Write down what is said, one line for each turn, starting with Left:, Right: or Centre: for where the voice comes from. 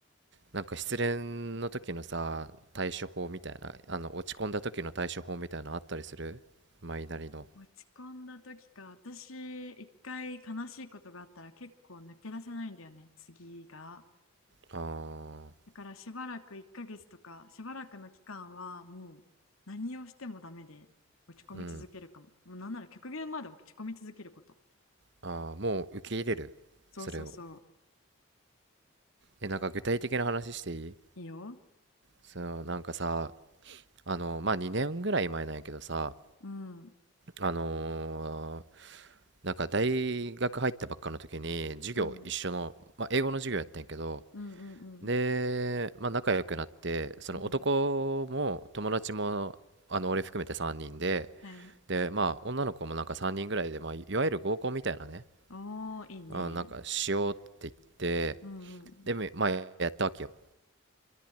Right: なんか失恋の時のさ、対処法みたいな、あの落ち込んだ時の対処法みたいなのあったりするマイなりの。
Left: 落ち込んだ時か。私、一回悲しいことがあったら結構抜け出せないんだよね。次が。
Right: ああ、
Left: だからしばらく1ヶ月とか、しばらくの期間はもう何をしてもダメで落ち込み続けるかも。
Right: うん。
Left: もうなんなら極限まで落ち込み続けること。
Right: ああ、もう受け入れるそれを。
Left: そうそうそ
Right: え、なんか具体的な話していい
Left: う。いいよ。
Right: その、なんかさ、あの、まあ、2年ぐらい前なんやけどさ、
Left: うん。うん。
Right: あのーなんか大学入ったばっかの時に、授業一緒の、
Left: うん
Right: まあ、英語の授業やったんやけど、
Left: うん
Right: で、まあ、仲良くなって、その男も友達も、
Left: うん。うん。
Right: あの、俺含めて3人で、
Left: はい。
Right: で、まあ、女の子もなんか3人ぐらいで、まあ、いわゆる合コンみたいなね、
Left: おー、いいね。
Right: あ、なんかしようって言って、
Left: うんうん。
Right: で、まあ、やったわけよ。